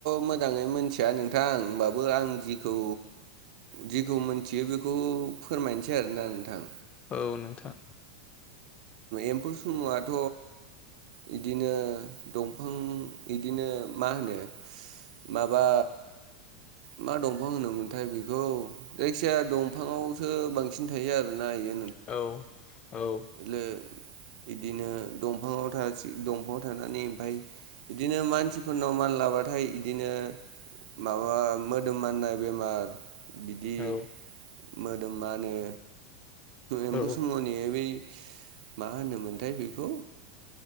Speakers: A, on the right (about 65°); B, on the left (about 25°).
A: मोजाङै मिथिया नोंथां होमबाबो। बो आं जिखौ जिखौ मोनथियो बेखौ फोरमायनोसै आरोना नोंथां।
B: औ नोंथां
A: एमफौ सुमुयाथ' बिदिनो दंफां बिदिनो मा होनो माबा मा दंफां होनोमोन। नाथाय बेखौ जायखिया दंफाङावसो बांसिन थायो आरोना बेयो।
B: औ। औ
A: ओम इदिनो दंफाङा दंफाङाव थानानै ओमफ्राय बिदिनो मानसिफोरनाव मानल- लाबाथाय बिदिनो माबा मोदोम माननाय बेमार। बिदि
B: औ
A: मोदोमा होनो एमफौ
B: औ
A: सुमुनि बै मा होनोमोनथाय बेखौ